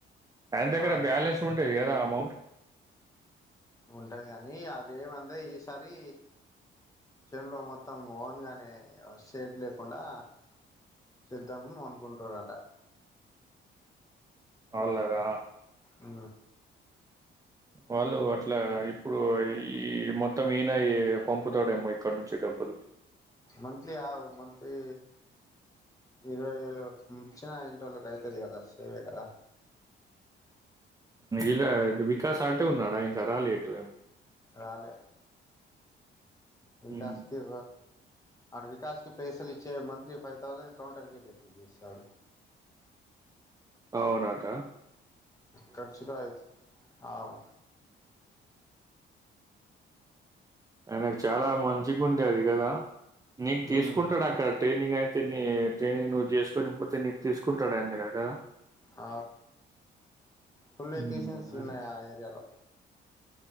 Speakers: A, on the right; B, on the left.
A: అయన దగ్గర
B: ఆరు
A: బ్యాలెన్స్ ఉంటాయి ఏదా అమౌంట్
B: ఉంటది గానీ అవి ఏమంది ఈసారి చెన్ లో మొత్తం ఓన్ గానే సేట్ లేకుండా చేద్దాము అనుకుంటురట
A: అవులాగా
B: ఆ
A: వాళ్ళు అట్లా ఇప్పుడు ఈ మొత్తం ఈయన పంపుతాడేమో ఇక్కడ నుంచి డబ్బులు
B: మంత్లీ ఆవు మంత్లీ ఇరవై ఏళ మచ్చిన ఇంటి వాళ్ళకి అవుతుంది కదా సేవే కదా
A: ఇలా వికాస్ ఆటే ఉన్నాడా ఇక రాలే ఎటు ఏం
B: రాలే వికాశక
A: హ్మ్.
B: అడు వికాస్ కి పైసలు ఇచ్చే మంత్లీ ఫైవ్ థౌజండ్ కౌంటర్ కి వెళ్ళ చేసాడు
A: అవునాద
B: ఖర్చుటయితే అవు
A: ఆయనకు చాలా మంచిగు ఉండేది కదా నీను
B: ఉమ్
A: తీసుకుంటాడు అక్కడ ట్రైనింగ్ అయితే న్ని ట్రైని నువ్వు చేసుకుొని పోతే నీకు తీసుకుంటాడు ఆయనగ కదా
B: ఆ ఫుల్ వెకేషన్స్
A: హ్మ్.
B: ఉన్నాయి
A: అదే.
B: ఆ ఏరియాలో